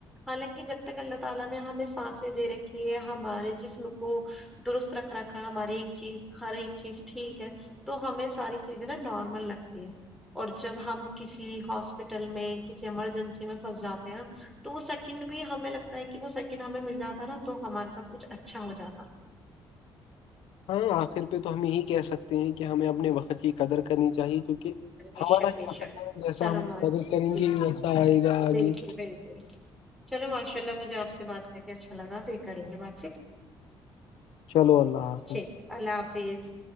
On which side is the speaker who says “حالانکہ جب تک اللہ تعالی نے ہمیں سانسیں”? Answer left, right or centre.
Centre